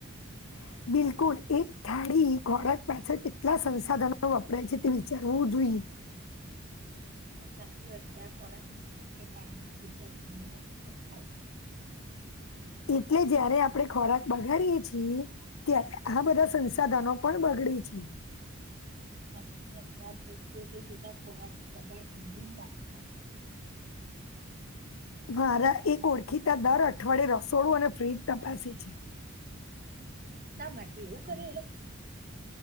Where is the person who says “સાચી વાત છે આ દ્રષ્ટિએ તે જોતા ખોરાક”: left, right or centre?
Right